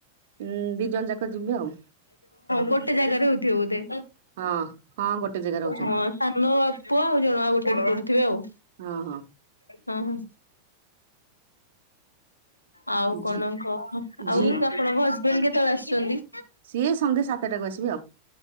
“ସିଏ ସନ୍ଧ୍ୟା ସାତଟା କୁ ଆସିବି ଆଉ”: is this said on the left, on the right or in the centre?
Right